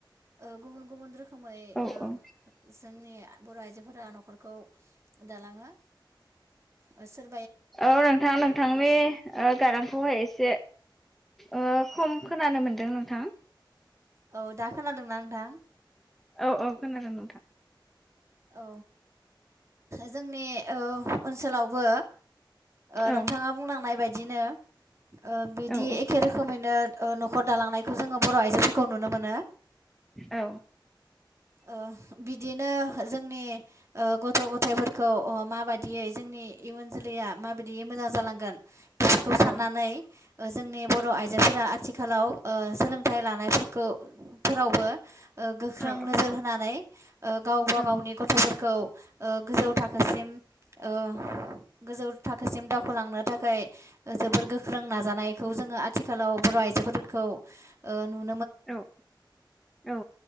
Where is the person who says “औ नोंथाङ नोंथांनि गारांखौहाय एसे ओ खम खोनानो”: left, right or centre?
Centre